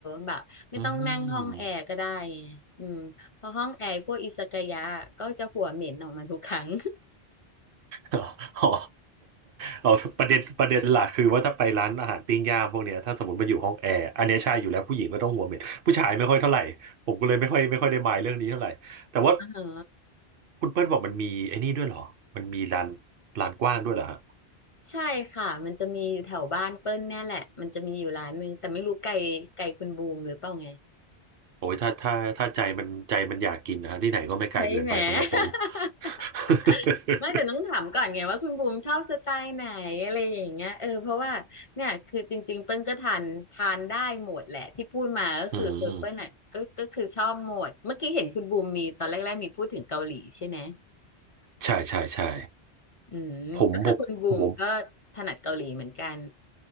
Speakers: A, on the left (about 40°); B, on the right (about 60°).
A: แบบไม่ต้องนั่งห้องแอร์ก็ได้ไงอืมเพราะห้องแอร์พวกอิซากายะก็จะหัวเหม็นออกมาทุกครั้ง
B: อืม อ๋อ <laughs> อ๋อเอาประเด็นประเด็นหลักคือว่าถ้าไปร้านอาหารปิ้งย่างพวกเนี้ยถ้าสมมติมาอยู่ห้องแอร์อันเนี้ยใช่อยู่แล้วผู้หญิงก็ต้องหัวเหม็นผู้ชายไม่ค่อยเท่าไหร่ผมก็เลยไม่ค่อยไม่ค่อยได้มายเรื่องนี้เท่าไหร่แต่ว่า
A: <laughs> อ่าฮะ
B: คุณเปิ้ลบอกมันมีไอ้นี่ด้วยเหรอมันมีร้านร้านกว้างด้วยเหรอฮะ
A: ใช่ค่ะมันจะมีอยู่แถวบ้านเปิ้ลเนี่ยแหละมันจะมีอยู่ร้านหนึงแต่ไม่รู้ไกลไกลคุณบูมหรือเปล่าไง
B: โอ้ยถ้าถ้าถ้าใจมันใจมันอยากกินนะฮะที่ไหนก็ไม่ไกลเกินไปสำหรับผม
A: ใช่ไหม <laughs>
B: <laughs>
A: ไม่แต่ต้องถามก่อนไงว่าคุณบูมชอบสไตล์ไหนอะไรอย่างเงี้ยเออเพราะว่าเนี่ยคือจริงๆเปิ้ลก็ทานทานได้หมดแหละที่พูดมาก็คือเออเปิ้ลอ่ะก็ก็คือชอบหมดเมื่อกี้เห็นคุณบูมมีตอนแรกๆมีพูดถึงเกาหลีใช่ไหม
B: อืมใช่ใช่ใช่
A: อืมก็คือคุณบูมก็ถนัดเกาหลีเหมือนกัน
B: ผมผมผม